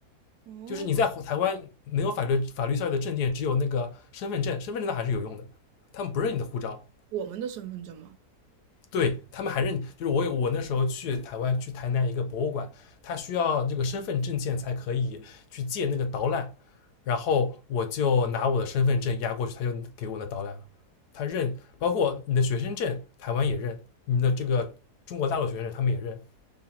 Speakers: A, on the right; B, on the left.
A: 便。哦，
B: 就是你在台湾没有法律法律效力的证件，只有那个身份证，身份证它还是有用的，他们不认你的护照，
A: 我们的身份证吗？
B: 对他们还认，就是我我那时候去台湾去台南一个博物馆，他需要这个身份证件才可以去借那个导览，然后我就拿我的身份证压过去，他就给我那导览了，他认，包括你的学生证，台湾也认，你的这个中国大陆学生证他们也认，